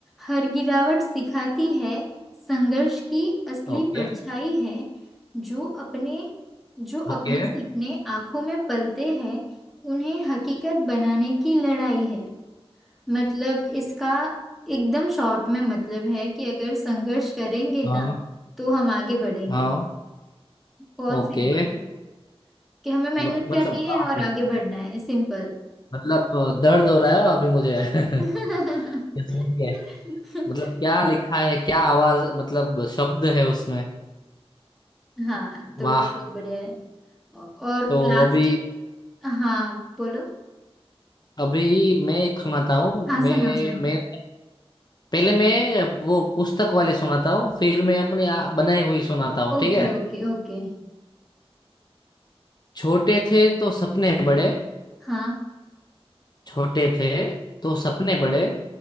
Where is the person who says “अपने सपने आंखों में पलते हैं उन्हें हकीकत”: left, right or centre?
Centre